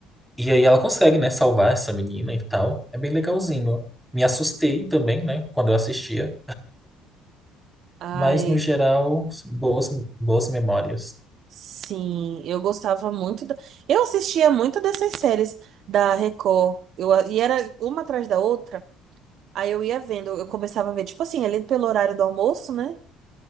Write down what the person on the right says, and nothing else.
Ai,
sim, eu gostava muito da... Eu assistia muito dessas séries da Record. Eu, a- e era uma atrás da outra. Aí eu ia vendo, eu começava a ver, tipo assim, ali pelo horário do almoço, né?